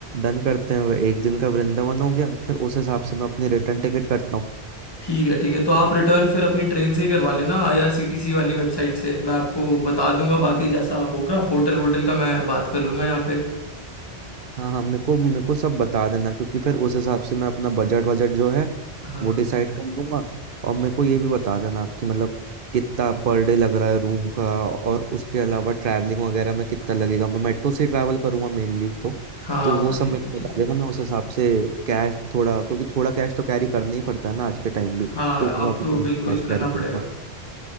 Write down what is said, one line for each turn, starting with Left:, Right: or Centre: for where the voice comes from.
Right: डन करते हैं एक दिन का वृंदावन हो गया फिर उस हिसाब से मैं अपनी रिटर्न टिकट करता हूँ
Left: ठीक है ठीक है तो आप रिटर्न फिर अपनी ट्रेन से ही करवा लेना आईआरसीटीसी वाली वेबसाइट से मैं आपको बता दूंगा बाकी जैसा होगा होटल वोटल का मैं बात कर लूंगा यहाँ पे
Right: हाँ हाँ मेरे को मेरे को सब बता देना क्योंकि फिर उस हिसाब से मैं अपना बजट बजट जो है
Left: हाँ
Right: वो डिसाइड कर लूंगा और मेरे को ये भी बता देना आपकी मतलब कितना पर डे लग रहा है रूम का और उसके अलावा ट्रैवलिंग वगैरह में कितना लगेगा मैं मेट्रो से ट्रैवल करूंगा मेनली तो
Left: हाँ
Right: तो वो
Left: हाँ
Right: सब
Left: ठीक
Right: मेरे
Left: है
Right: को
Left: ठीक
Right: बता
Left: है
Right: देना मैं उस हिसाब से कैश थोड़ा क्योंकि थोड़ा कैश तो कैरी करना ही पड़ता है ना आज के टाइम भी
Left: हाँ
Right: तो उस हिसाब
Left: आप
Right: से
Left: तो
Right: थोड़ा
Left: बिल्कुल
Right: कैश
Left: करना
Right: कैरी करूंगा
Left: पड़ेगा